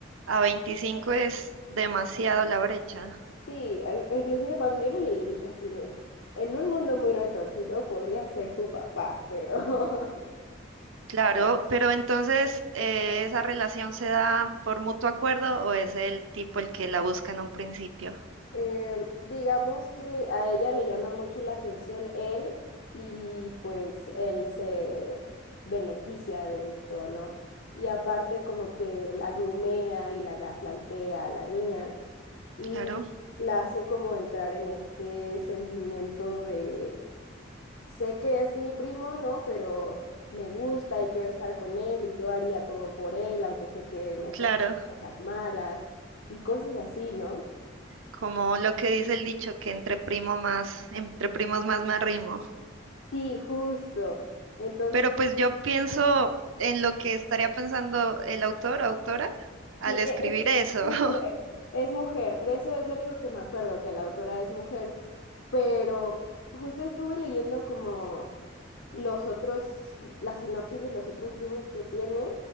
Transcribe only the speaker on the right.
A 25 es demasiado la brecha.
Claro, pero entonces eh, ¿esa relación se da por mutuo acuerdo o es el tipo el que la busca en un principio?
Claro,
claro.
Como lo que dice el dicho que entre primo más, entre primos más me arrimo.
Pero pues yo pienso en lo que estaría pensando el autor o autora al
escribir
eso.
<laughs>